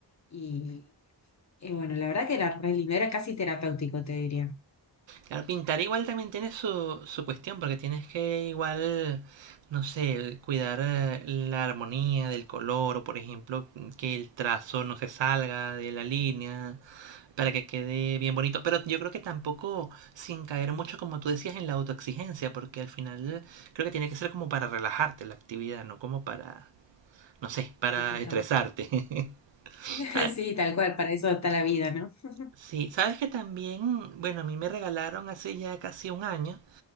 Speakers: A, on the left; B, on the right.
A: Y, y bueno, la verdad que era re lindo, era casi terapéutico, te diría.
B: Claro, pintar igual también tiene su, su cuestión, porque tienes que igual, no sé, cuidar eh, la armonía del color, o por ejemplo, que el trazo no se salga de la línea, para que quede bien bonito. Pero yo creo que tampoco sin caer mucho, como tú decías, en la autoexigencia, porque al final creo que tiene que ser como para relajarte la actividad, no como para, no sé, para
A: Eh, total.
B: estresarte. <laughs>
A: <laughs>
B: ¿Sabes?
A: Sí, tal cual, para eso está la vida, ¿no? <laughs>
B: Sí, sabes que también, bueno, a mí me regalaron hace ya casi un año